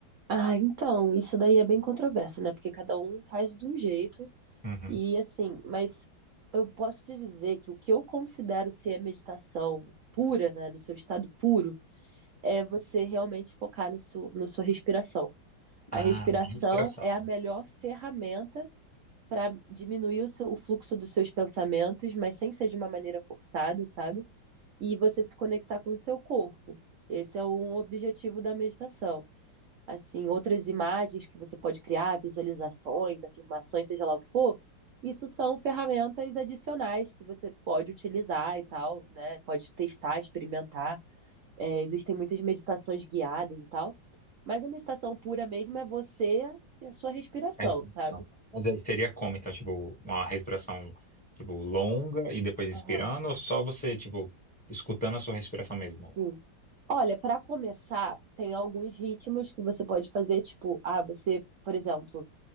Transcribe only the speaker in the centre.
Uhum.
Ah,
minha respiração.
A respiração.
Mas aí seria como, então, tipo, uma respiração, tipo, longa e depois expirando,
ou só você, tipo, escutando a sua respiração mesmo?